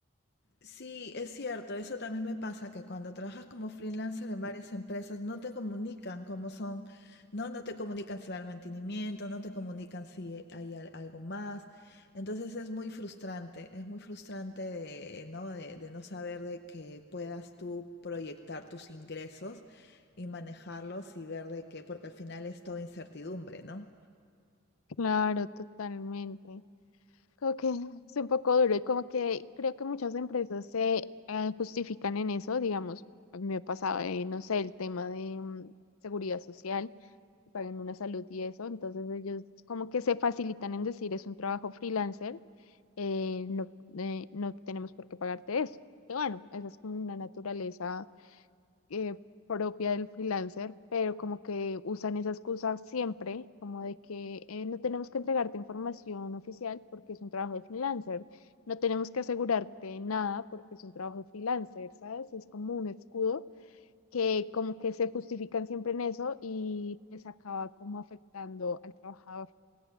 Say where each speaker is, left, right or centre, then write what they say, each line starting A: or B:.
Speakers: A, on the left (about 50°); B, on the left (about 80°).
A: Sí, es cierto, eso también me pasa, que cuando trabajas como freelancer en varias empresas no te comunican cómo son, no, no te comunican si va el mantenimiento, no te comunican si hay al- algo más. Entonces es muy frustrante, es muy frustrante de, ¿no? de, de no saber de que puedas tú proyectar tus ingresos y manejarlos y ver de que, porque al final es todo incertidumbre, ¿no?
B: Claro, totalmente. Creo que es un poco duro y como que creo que muchas empresas se eh, justifican en eso, digamos, a mí me ha pasado, eh, no sé, el tema de mm, seguridad social, que pagan una salud y eso, entonces ellos como que se facilitan en decir es un trabajo freelancer, eh, no, eh, no tenemos por qué pagarte eso. Que bueno, esa es como una naturaleza eh, propia del freelancer, pero como que usan esa excusa siempre, como de que eh, no tenemos que entregarte información oficial porque es un trabajo de freelancer, no tenemos que asegurarte nada porque es un trabajo de freelancer, ¿sabes? Es como un escudo que como que se justifican siempre en eso y les acaba como afectando al trabajador.